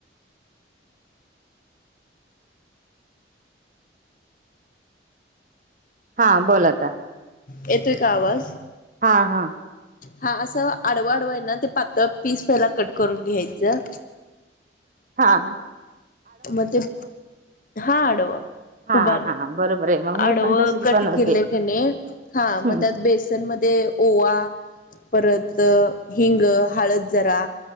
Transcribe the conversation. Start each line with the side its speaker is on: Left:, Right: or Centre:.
Right: हां बोल आता.
Left: येतोय का आवाज?
Right: हा हा
Left: हा असं आडवा अडवा आहे ना ते पातळ पीस पहिला कट करून घ्यायचं.
Right: हा हा.
Left: मग ते हा आडवा.
Right: हा
Left: उभा
Right: हा
Left: नाही
Right: बरोबर आहे मग मी
Left: आडव
Right: पण तशीच
Left: कट
Right: बनवते
Left: केले कने हा
Right: हम्म
Left: मग त्यात बेस म ओवा परत हिंग, हळद जरा